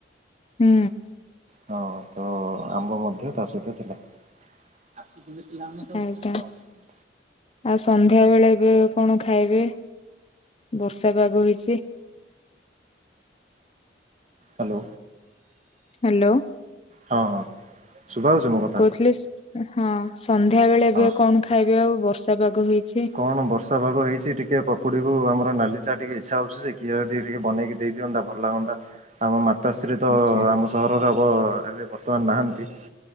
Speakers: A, on the left (about 35°); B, on the right (about 40°).
A: ହୁଁ।
B: ହଁ ତ ଆମ୍ବ ମଧ୍ୟ ତା ସହିତ ଥିଲା। ଆସୁଥିଲେ ପିଲାମାନେ ସବୁ।
A: ଆଜ୍ଞା।
B: <unintelligible>
A: ଆଉ ସନ୍ଧ୍ୟାବେଳେ ଏବେ କଣ ଖାଇବେ? ବର୍ଷା ପାଗ ହେଇଚି।
B: Hello
A: hello.
B: ହଁ ହଁ ଶୁଭା ହଉଚି ମୋ କଥା?
A: ପ୍ଲିସ୍ ଅଁ ହଁ ସନ୍ଧ୍ୟାବେଳେ
B: ହଁ
A: ଏବେ କଣ ଖାଇବେ ଆଉ ବର୍ଷା ପାଗ ହେଇଛି?
B: କଣ ବର୍ଷା ପାଗ ହେଇଛି ଟିକେ ପକୁଡ଼ିକୁ ଆମର ନାଲି ଚାହା ଟିକେ ଇଚ୍ଛା ହଉଛି ଯେ କିଏ ଟିକେ <unintelligible> ବନେଇକି ଦେଇ ଦିଅନ୍ତା ଭଲ ଲାଗନ୍ତା। ଆମ ମାତାଶ୍ରୀ ତ
A: ଆଚ୍ଛା
B: ଆମ ସହରରେ ହବ ଏବେ ବର୍ତ୍ତମାନ ନାହାନ୍ତି।